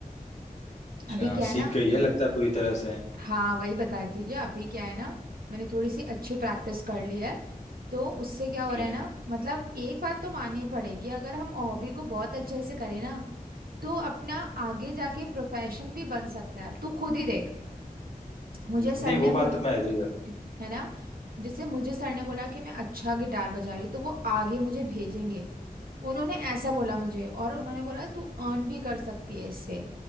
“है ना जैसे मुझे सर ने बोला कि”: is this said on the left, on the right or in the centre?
Right